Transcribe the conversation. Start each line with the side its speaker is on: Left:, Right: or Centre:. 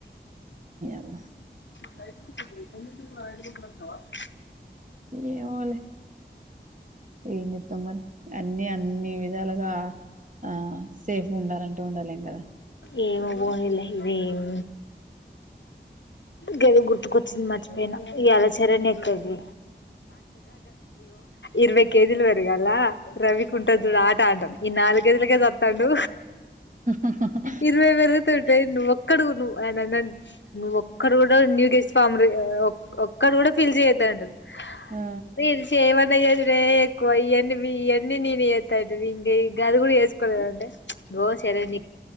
Right: అ
Left: వైయస్దు కుంటూన్నావా <unintelligible>
Right: ఏమోలే ఎమ్ చెత్తాం మరి అన్ని అన్ని విధాలుగా ఆ చేసి ఉండారు అని ఉండాలేం కదా
Left: ఏమో పోనిలె ఇదేం గెదొ గుర్తుకు వచ్చింది మర్చిపోయిన ఇయాల శరణ్యా వస్తాది ఇరవై కేజీలు పెరగాల్ల రవికుంటాది చూడు ఆట అడ్డాం ఈ నాలుగేజలకే చత్తాండు
Right: హుహ హ
Left: ఇదివే వర దొడ్ ఒక్కడ ను ను ఒక్కరు కూడా ను నీడిసి ఫమ్ ఒక్కరు కూడా ఫిల్ చేయద్దు అండి. <unintelligible>
Right: ఆ
Left: రీల్ చేయవో ఏద్రే ఎక్కు ఈ ఎ ఈ ఎన్ని నీ ఏతాయి ఇం ఈ అదుగు ఏస్కోద అండండి. చ్ ఓ సరే ని